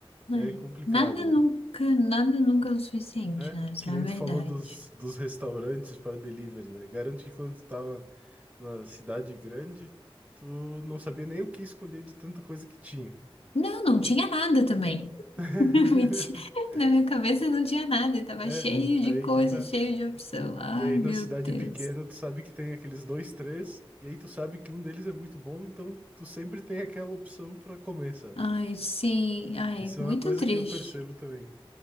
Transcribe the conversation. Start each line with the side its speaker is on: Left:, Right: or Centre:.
Left: É.
Right: é complicado,
Left: Nada
Right: né?
Left: nunca, nada nunca é o suficiente,
Right: É,
Left: né? Essa
Right: que
Left: é
Right: nem
Left: a verdade.
Right: tu falou dos, dos restaurantes para delivery, né? Garanto que quando tu tava na cidade grande, tu não sabia nem o que escolher de tanta coisa que tinha.
Left: Não, não tinha nada também.
Right: <laughs>
Left: <laughs> Mentira. Na minha cabeça não tinha nada, estava
Right: É,
Left: cheio
Right: aí
Left: de coisa,
Right: que tá.
Left: cheio de opção. Ai,
Right: E aí na
Left: meu
Right: cidade
Left: Deus.
Right: pequena, tu sabe que tem aqueles dois, três, e aí tu sabe que um deles é muito bom, então tu sempre tem aquela opção para comer, sabe?
Left: Ai, sim, ai,
Right: Isso
Left: muito
Right: é uma coisa
Left: triste.
Right: que eu percebo também.